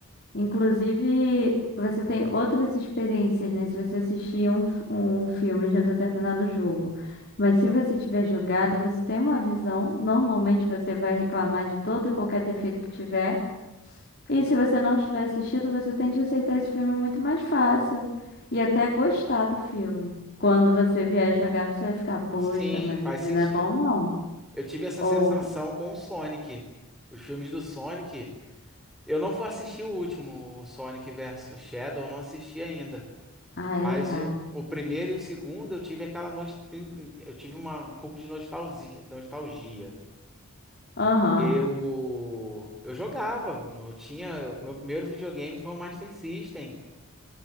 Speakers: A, on the left; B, in the centre.
A: Inclusive, você tem outras experiências, né? Se você assistir um, f- um filme de um determinado jogo. Mas se você tiver jogado, você tem uma visão. Normalmente você vai reclamar de todo e qualquer defeito que tiver. E se você não tiver assistido, você tende a aceitar esse filme muito mais fácil. E até gostar do filme. Quando você vier jogar, você vai ficar, poxa,
B: Sim,
A: mas
B: faz
A: ele
B: sentido.
A: não é bom, não.
B: Eu tive essa
A: Ou,
B: sensação com o Sonic. Os filmes do Sonic, eu não fui assistir o último, o Sonic versus Shadow, eu não assisti ainda.
A: ah, eu
B: Mas
A: já.
B: o, o primeiro e o segundo eu tive aquela nost... eu tive uma, um pouco de nostalgia, nostalgia.
A: Aham.
B: Eu eu jogava, eu tinha, o meu primeiro videogame foi o Master System.